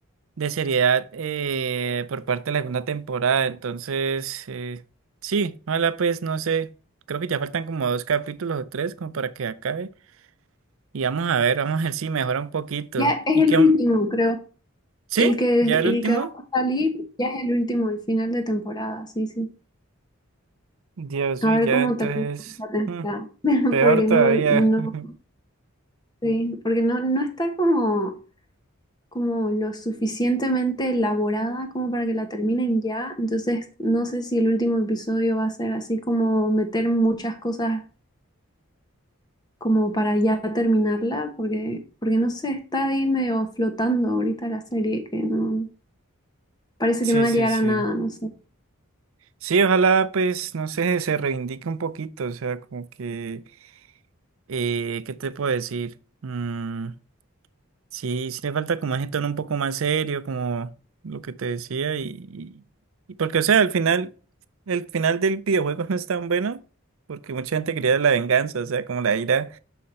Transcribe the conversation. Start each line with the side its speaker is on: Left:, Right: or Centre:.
Right: de seriedad eh, por parte de la segunda temporada, entonces, eh, sí, ojalá pues, no sé, creo que ya faltan como dos capítulos o tres como para que acabe. Y vamos a ver, vamos a ver si mejora un poquito.
Left: Ya es
Right: ¿Y
Left: el
Right: qué,
Left: último, creo.
Right: ¿Sí?
Left: El que,
Right: ¿Ya el
Left: el
Right: último?
Left: que va a salir ya es el último, el final de temporada, sí, sí.
Right: Dios,
Left: A
Right: uy,
Left: ver
Right: ya
Left: cómo
Right: entonces,
Left: termina esta temporada.
Right: mm,
Left: <laughs>
Right: peor
Left: Porque
Right: todavía.
Left: no, no,
Right: <laughs>
Left: sí, porque no, no está como, como lo suficientemente elaborada como para que la terminen ya. Entonces, no sé si el último episodio va a ser así como meter muchas cosas como para ya terminarla, porque, porque no sé, está ahí medio flotando ahorita la serie, que no, parece
Right: Sí,
Left: que no va
Right: sí,
Left: a llegar
Right: sí.
Left: a nada, no sé.
Right: Sí, ojalá pues, no sé, se reivindique un poquito, o sea, como que, eh, ¿qué te puedo decir? Mm, sí, sí le falta como ese tono un poco más serio, como lo que te decía, y, y porque, o sea, al final, el final del videojuego <laughs> no es tan bueno, porque mucha gente quería la venganza, o sea, como la ira.